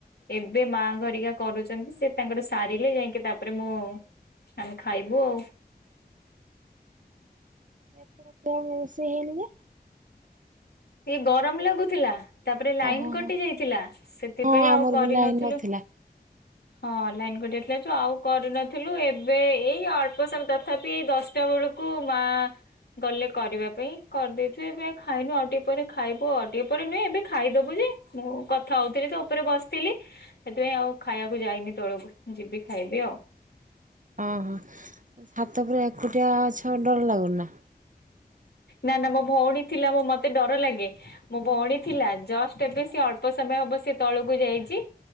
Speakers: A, on the left (about 75°); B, on the right (about 50°).
A: ଏବେ ମା ଘରିକା କରୁଚନ୍ତି ସେ ତାଙ୍କର ସାରିଲେ ଯାଇକି ତାପରେ ମୁଁ ଆମେ ଖାଇବୁ ଆଉ।
B: ଏଥର କଣ ରୋଷେଇ ହେଇନି।
A: ଏ ଗରମ ଲାଗୁଥିଲା। ତାପରେ ଲାଇନ
B: ଓହୋ
A: କଟି
B: ହୋ
A: ଯାଇଥିଲା ସେଥିପାଇଁ
B: ହଁ ଆମର
A: ଆଉ କରିନଥିଲୁ।
B: ବି ଲାଇନ ନଥିଲା
A: ହଁ ଲାଇନ କଟି ଯାଇଥିଲା ଯୋଉ ଆଉ କରିନଥିଲୁ ଏବେ ଏଇ ଅଳ୍ପ ସମୟ ତଥାବି ଦଶଟା ବେଳୁ କୁ ମା ଗଲେ କରିବା ପାଇଁ କରିଦେଇଥିବେ ଏବେ ଖାଇନୁ ଆଉଟିକିକେ ଉପରେ ଖାଇବୁ ଆଉ ଟିକଏ ପରେ ନୁହେଁ ଏବେ ଖାଇଦବୁ ଯେ ମୁଁ କଥା ହଉଥିଲି ତ ଉପରେ ବସିଥିଲି ସେଥିପାଇଁ ଆଉ ଖାଇବାକୁ ଯାଇନି ତଳକୁ ଯିବି ଖାଇବି ଆଉ।
B: ଓହୋ, ଛାତ ଉପରେଏକୁଟିଆ ଅଛ ଡ଼ର ଲାଗୁନି ନା?
A: ନାଁ ନାଁ ମୋ ଭଉଣୀ ଥିଲା ମୋ ମତେ ଡ଼ର ଲାଗେ। ମୋ ଭଉଣୀ ଥିଲା ଜଷ୍ଟ ଏବେ ସେ ଅଳ୍ପ ସମୟ ହବ ସେ ତଳକୁ ଯାଇଚି।